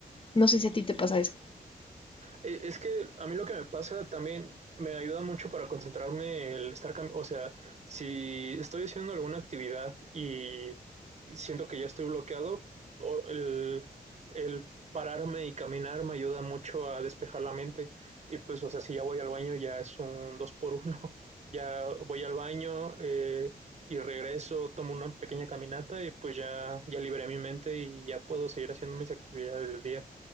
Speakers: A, on the left; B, on the right.
A: No sé si a ti te pasa eso.
B: Eh, Es que a mí lo que me pasa también me ayuda mucho para concentrarme el estar, cam- o sea, si estoy haciendo alguna actividad y siento que ya estoy bloqueado, o- el, el pararme y caminar me ayuda mucho a despejar la mente. Y pues, o sea, si ya voy al baño ya es un dos por uno. <laughs> Ya voy al baño eh, y regreso, tomo una pequeña caminata y pues ya, ya liberé mi mente y ya puedo seguir haciendo mis actividades del día.